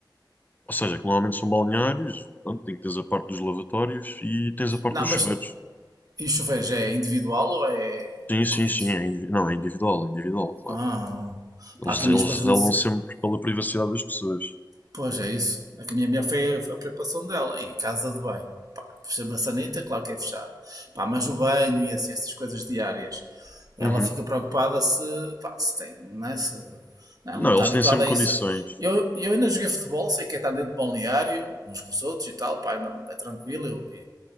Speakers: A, on the left; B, on the right.
A: Ou seja, que normalmente são balneários, pronto, tem que tens a parte dos lavatórios e tens a parte
B: Não,
A: dos
B: mas
A: chuveiros.
B: em chuveiros é individual ou é,
A: Sim,
B: é
A: sim,
B: corridos?
A: sim, é indivi- não, é individual, é individual, claro.
B: Ah,
A: Eles,
B: pá, que a
A: eles
B: minha esposa
A: zelam
B: não se...
A: sempre pela privacidade das pessoas.
B: Pois é isso. É a minha mulher foi foi a preocupação dela. E casa de banho. Pá, a maçaneta, claro que é fechado. Pá, mas o banho e assim, essas coisas diárias. Ela
A: Uhum.
B: fica preocupada se, pá, se tem, não é? Se, não, ela
A: Não,
B: não está
A: eles
B: habituada
A: têm sempre
B: a isso.
A: condições.
B: Eu, eu ainda joguei futebol, sei que é estar dentro de balneário, uns com os outros e tal, pá, não, é tranquilo. Eu,